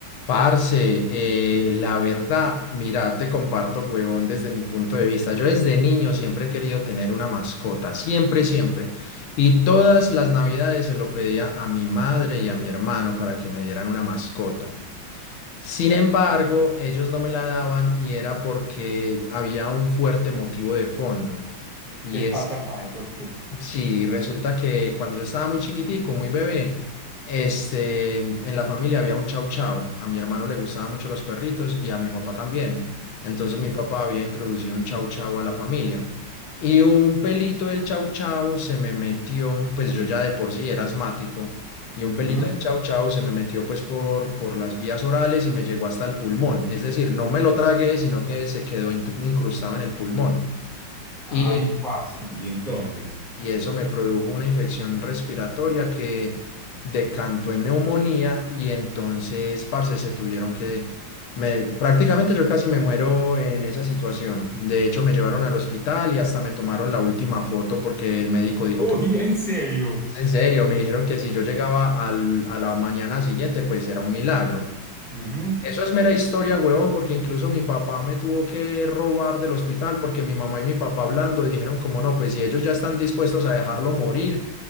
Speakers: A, on the left; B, in the centre.
A: Parce, eh, la verdad, mira, te comparto, huevón, desde mi punto de vista. Yo desde niño siempre he querido tener una mascota, siempre, siempre. Y todas las navidades se lo pedía a mi madre y a mi hermano para que me dieran una mascota. Sin embargo, ellos no me la daban y era porque había un fuerte motivo de fondo. Y
B: ¿Qué pasa, pai? ¿Por qué?
A: Sí, resulta que cuando yo estaba muy chiquitico, muy bebé, este, en la familia había un chau chau. A mi hermano le gustaban mucho los perritos y a mi papá también. Entonces mi papá había introducido un chau chau a la familia. Y un pelito del chau chau se me metió, pues yo ya de por sí era asmático, y un pelito
B: Ujú.
A: del chau chau se me metió pues por, por las vías orales y me llegó hasta el pulmón. Es decir, no me lo tragué, sino que se quedó intru- incrustado en el pulmón.
B: Ay,
A: y
B: parce. Y entonces.
A: y eso me produjo una infección respiratoria que decantó en neumonía y entonces, parce, se tuvieron que, me, prácticamente yo casi me muero en esa situación. De hecho, me llevaron al hospital y hasta me tomaron la última foto porque el médico dijo
B: Uy,
A: que,
B: <laughs> en serio.
A: en serio, me dijeron que si yo llegaba al, a la mañana siguiente, pues era un milagro.
B: Ujú.
A: Eso es mera historia, huevón, porque incluso mi papá me tuvo que robar del hospital porque mi mamá y mi papá hablando dijeron como no, pues si ellos ya están dispuestos a dejarlo morir,